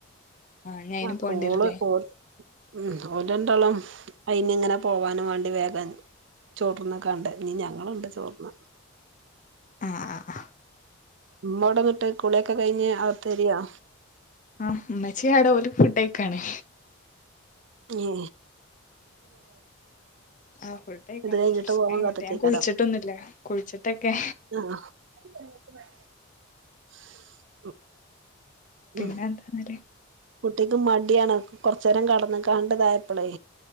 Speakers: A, on the left; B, on the right.
A: ഇനി അയിന്
B: ആഹ്
A: പോണ്ടിവരൂല്ലേ
B: കോള് <unintelligible> ഉം ഓല് രണ്ടാളും അയിനിങ്ങനെ പോവാനും വേണ്ടി വേഗം ചോറാന്ന്ക്കാണ്ട് ഇഞ്ഞ് ഞങ്ങളുണ്ട് ചോറ്ന്നാൻ
A: ആ ആ
B: ഇമ്മോടെ ഇങ്ങട്ട് കുളിയൊക്കെ കഴിഞ്ഞ് അകത്ത് കയരിയോ
A: ആഹ് ഇമ്മച്ചി ആടെ ഓല് ഫുഡ്കയിക്കാണേ
B: ഉം
A: ആഹ് കൊഴ് ഫുഡ് കഴിക്കണം
B: ഇത് കഴിഞ്ഞിട്ട്
A: കൊറച്ചേരം
B: പോവാൻ
A: കഴിയട്ടെ
B: കാത്ത്ക്കേക്കാരം
A: ഞാൻ കുളിച്ചിട്ടൊന്നും ഇല്ല കുളിച്ചിട്ടൊക്കെ
B: ആഹ് <unintelligible>
A: പിന്നെന്താ
B: ഉം
A: അങ്ങനെ
B: കുട്ടിക്ക് മടിയാണ് കൊറച്ചേരം കടന്ന്കാണ്ടിതായപ്പളേ